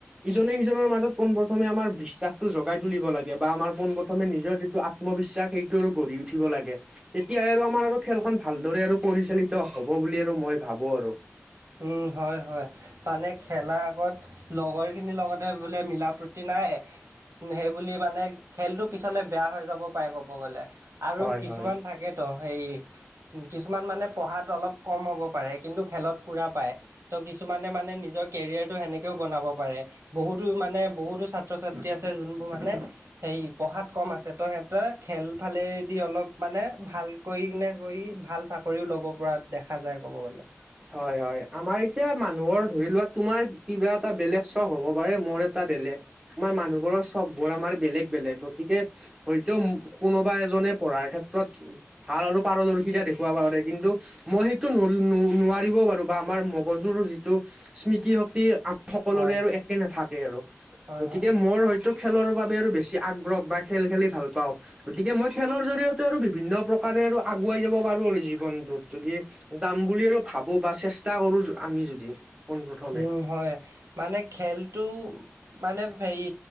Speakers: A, on the right; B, on the right.
A: ইজনে সিজনৰ মাজত পোনপ্ৰথমে আমাৰ বিশ্বাসটো জগাই তুলিব লাগে বা আমাৰ পোনপ্ৰথমে নিজৰ যিটো আত্মবিশ্বাস সেইটোও আৰু গঢ়ি উঠিব লাগে। তেতিয়া আৰু আমাৰ আৰু খেলখন ভালদৰে আৰু পৰিচালিত হব বুলি আৰু মই ভাবো আৰু।
B: উম, হয়- হয়। মানে খেলা আগত লগৰখিনিৰ লগতে বোলে মিলা প্ৰীতি নাই। সেইবুলি মানে খেলটো পিছলৈ বেয়া হৈ যাব পাৰে। ক'ব গ'লে আৰু
A: হয়
B: কিছুমান
A: হয়
B: থাকে। ত সেই কিছুমান মানে পঢ়াত অলপ কম হ'ব পাৰে। কিন্তু খেলত পুৰা পায়। ত' কিছুমানে মানে নিজৰ কেৰিয়াৰটো সেনেকেও বনাব পাৰে। বহুতো মানে, বহুতো ছাত্ৰ- ছাত্ৰী আছে যোনবোৰ মানে হে পঢ়াত কম আছে, ত' সিহঁতে খেল ফালেদি অলপ মানে ভাল কৰি কিনে কৰি ভাল চাকৰিও ল'ব পৰা দেখা যায় ক'ব গ'লে।
A: হয়- হয়, আমাৰ এতিয়া মানু্হ মানুহৰ ধৰি লোৱা তোমাৰ কিবা এটা বেলেগ চখ হ'ব পাৰে, মোৰ এটা বেলেগ। আমাৰ মানুহবোৰৰ চখবোৰ আমাৰ বেলেগ বেলেগ। গতিকে হয়তো কোনোবা এজনে পঢ়াৰ ক্ষেত্ৰত ভাল আৰু পাৰদৰ্শিতা দেখুৱাব পাৰে। কিন্তু মই সেইটো ন- ন- ন নোৱাৰি। ৰিবও পাৰো বা মগজুৰ যিটো স্মৃতি শক্তি আ, সকলোৰে
B: হয়।
A: আৰু একে নাথাকে আৰু।
B: হয়
A: গতিকে
B: হয়
A: মোৰ হয়তো খেলৰ বাবে আৰু বেছি আগ্ৰহ বা খেল খেলি ভাল পাওঁ। গতিকে মই খেলৰ জৰিয়তে আৰু বিভিন্ন প্ৰকাৰে আৰু আগুৱাই যাব পাৰোঁ আৰু। জীৱনটোত যদি যাম বুলি আৰু ভাবো বা চেষ্টা কৰো আমি যদি। পোন প্ৰথমে।
B: উম, হয় মানে খেলটো মানে হেৰি